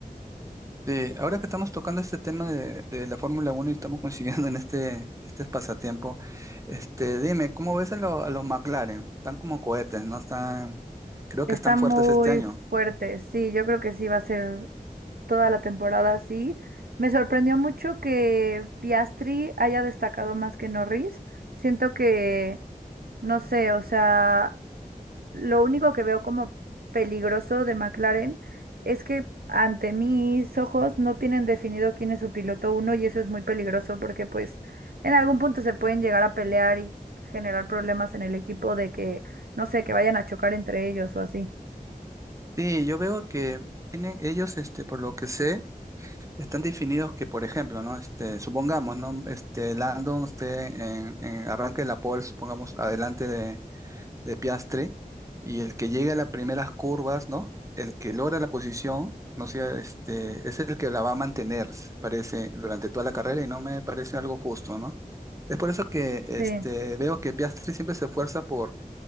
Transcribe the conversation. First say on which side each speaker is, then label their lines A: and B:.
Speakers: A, on the right (about 20°); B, on the right (about 80°).
A: Sí, ahora que estamos tocando este tema de, de la Fórmula Uno y estamos <laughs> coincidiendo en este, este pasatiempo, este, dime, ¿cómo ves a, lo- a los McLaren? Están como cohetes, ¿no? Están, creo
B: Está
A: que están
B: muy
A: fuertes este año.
B: fuerte, sí, yo creo que sí va a ser toda la temporada así. Me sorprendió mucho que Piastri haya destacado más que Norris. Siento que... No sé, o sea, Lo único que veo como peligroso de McLaren es que ante mis ojos no tienen definido quién es su piloto uno y eso es muy peligroso porque pues en algún punto se pueden llegar a pelear y generar problemas en el equipo de que, no sé, que vayan a chocar entre ellos o así.
A: Sí, yo veo que tienen ellos, este, por lo que sé, están definidos que, por ejemplo, ¿no? Este, supongamos, ¿no? Este, Landon esté en, en arranque de la pole, supongamos, adelante de Piastre y el que llegue a las primeras curvas, ¿no? El que logra la posición, no sea, este, es el que la va a mantener, se parece, durante toda la carrera y no me parece algo justo, ¿no? Es por eso que
B: Sí,
A: este, veo que Piastri siempre se esfuerza por